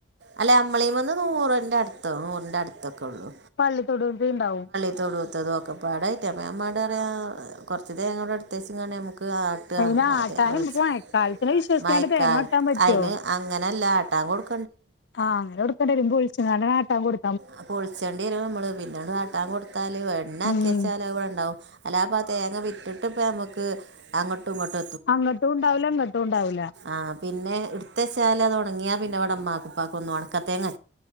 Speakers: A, on the right (about 80°); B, on the left (about 75°).
A: അല്ല അമ്മളീമന്ന് നൂറിൻ്റെ അടുത്തൊ നൂറിൻ്റെ അടുത്തൊക്കെ ഉള്ളൂ
B: പള്ളിത്തൊടൂൻ്റീണ്ടാവും.
A: ത്തോടൂത്തതും ഒക്കൊപ്പാടായിട്ട അപ്പം ഞാമാടറയാ കുറച്ച് തേങ്ങബടെ ഇടുത്തേച്ചങ്ങാണ്ട് ഞമ്മക് ആ ട്ട്അ.
B: അയിന്
A: അതെ.
B: ആട്ടാനും
A: വെൾച
B: ഇപ്പ മഴക്കാലത്തിനെ വിശ്വസിച്ചാണ്ട്
A: മയക്കാൽ
B: തേങ്ങ വെട്ടാൻ പറ്റോ
A: അയിന് അങ്ങനെ അല്ലാ ആട്ടാ കൊടുക്ക
B: ആഹ്. അങ്ങനൊട്ക്കേണ്ടിരും. ബുള്ച്ചിങ്ങാണ്ട് ആട്ടാം കൊട്
A: അ പൊൾച്ചെണ്ടിരുംമ്മള്. പിന്നെത് ആട്ടാൻ കൊട്ത്താല് എണ്ണ
B: ഉം
A: ആക്കിയച്ചാല അഅ് വടെണ്ടാവും. അലാപ്പ ആ തേങ്ങ വിറ്റിട്ട്പ്പ അമ്മക്ക് അങ്ങൊട്ടും ഇങ്ങൊട്ടും
B: അങ്ങട്ടൂണ്ടാവൂല. ങ്ങട്ടൂണ്ടാവൂല.
A: ആഹ്. പിന്നെ ഇട്ത്തച്ചാലത് ഒണങ്ങിയാ പിന്നെ വടെ മ്മാക്കും, പ്പാക്കൊന്നും ഒണക്കത്തേങ്ങ